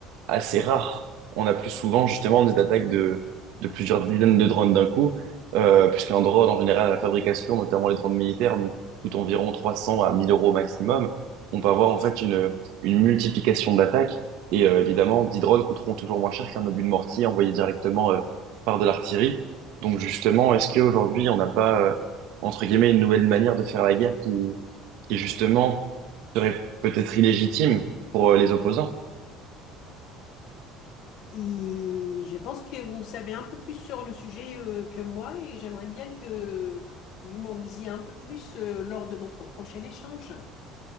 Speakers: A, on the right (about 70°); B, on the left (about 55°).
A: assez rare. On a plus souvent justement des attaques de, de plusieurs dizaines de drones d'un coup, euh, puisqu'un drone, en général, à la fabrication, notamment les drones militaires, nous coûte environ 300 à 1000 euros maximum. On peut avoir en fait une, une multiplication d'attaques, et euh, évidemment, 10 drones coûteront toujours moins cher qu'un obus de mortier envoyé directement euh, par de l'artillerie. Donc justement, est-ce qu'aujourd'hui, on n'a pas, euh, entre guillemets, une nouvelle manière de faire la guerre qui, qui justement serait peut-être illégitime pour euh, les opposants?
B: Et je pense que vous savez un peu plus sur le sujet euh, que moi et j'aimerais bien que vous m'en disiez un peu plus euh, lors de notre prochain échange.